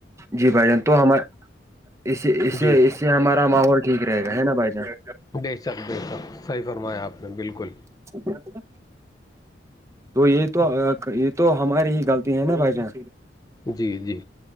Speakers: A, on the right (about 15°); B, on the left (about 20°).
A: جی بھائی جان تو ہمار اس سے اس سے
B: جی
A: اس سے ہمارا ماحول ٹھیک رہے گا ہے نا بھائی جان
B: بے شک بے شک صحیح فرمایا آپ نے بالکل
A: ج تو یہ تو یہ تو ہماری ہی غلطی ہے نا بھائی جان
B: جی جی